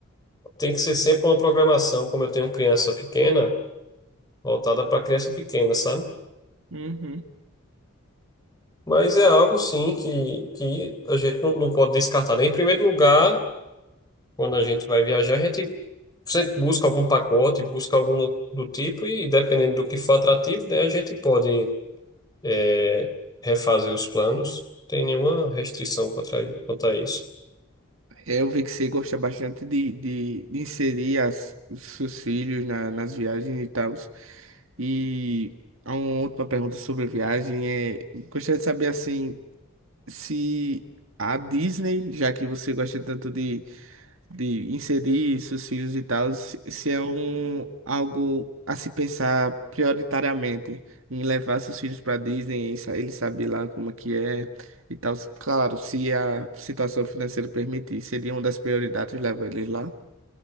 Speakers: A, on the left (about 20°); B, on the right (about 65°).
A: tem que ser sempre uma programação, como eu tenho criança pequena, voltada para criança pequena, sabe?
B: Uhum.
A: Mas é algo, sim, que, que a gente não, não pode descartar. né? Em primeiro lugar. Quando a gente vai viajar, a gente sempre busca algum pacote, busca algum do tipo, e dependendo do que for atrativo, daí a gente pode é, refazer os planos. Tem nenhuma restrição contra i- quanto a isso.
B: É, Eu vi que você gosta bastante de, de, de inserir as, os seus filhos na- nas viagens e tal. E há uma última pergunta sobre viagem é, gostaria de saber assim, se a Disney, já que você gosta tanto de de inserir seus filhos e tal, se se é um, algo a se pensar prioritariamente em levar seus filhos para Disney, e sa- ele saber lá como é que é e tal. Claro, se a situação financeira permitir, seria uma das prioridades levar eles lá.